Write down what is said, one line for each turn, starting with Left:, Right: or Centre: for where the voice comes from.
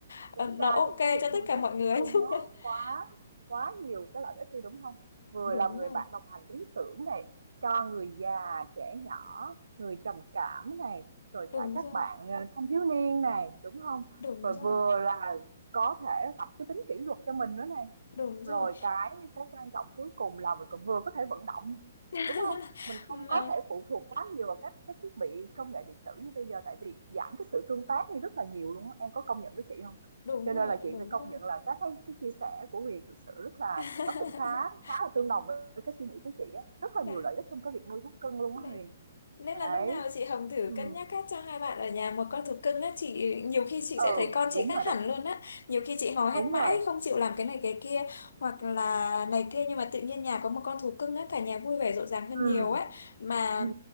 Left: Ờ,
Right: Tính
Left: nó
Right: ra
Left: ok
Right: thì cái việc
Left: cho tất
Right: nuôi
Left: cả
Right: thú
Left: mọi người
Right: cưng nó
Left: <laughs>
Right: quá quá nhiều cái lợi ích đi, đúng không? Vừa
Left: đúng
Right: là người
Left: rồi
Right: bạn đồng hành lý tưởng này, cho người già, trẻ nhỏ, người trầm cảm này, rồi
Left: đúng
Right: cả các
Left: rồi
Right: bạn, ờ, thanh thiếu niên này, đúng không?
Left: đúng
Right: Rồi
Left: rồi
Right: vừa là có thể tập cái tính kỷ luật cho mình nữa này.
Left: đúng rồi
Right: Rồi cái cái quan trọng cuối cùng là mình còn vừa có thể vận động, nè,
Left: <laughs>
Right: đúng không Mình không
Left: mà
Right: có thể phụ thuộc quá nhiều vào các cái thiết bị công nghệ điện tử như bây giờ tại vì giảm cái sự tương tác đi rất là nhiều luôn á, em có công nhận với chị không
Left: đúng
Right: Cho
Left: rồi
Right: nên là chị
Left: đúng
Right: phải công
Left: rồi
Right: nhận là các cái cái chia sẻ của Huyền thực sự rất là
Left: <laughs>
Right: nó cũng khá khá là tương đồng với cái suy nghĩ của chị á, rất là
Left: đấy
Right: nhiều lợi ích trong cái việc nuôi thú cưng luôn á
Left: đấy
Right: Huyền.
Left: Nên
Right: Đấy,
Left: là lúc nào chị Hồng thử
Right: ừ
Left: cân nhắc á, cho hai bạn ở nhà một con thú cưng á, chị nhiều khi chị
Right: ừ,
Left: sẽ thấy con chị
Right: đúng
Left: khác
Right: rồi
Left: hẳn
Right: đấy,
Left: luôn á. Nhiều khi chị hò hét
Right: đúng
Left: mãi
Right: rồi,
Left: không chịu làm cái này cái kia hoặc là này kia nhưng mà tự nhiên nhà có một con thú cưng á, cả nhà vui vẻ rộn ràng hơn
Right: ừ
Left: nhiều á. Mà
Right: ừ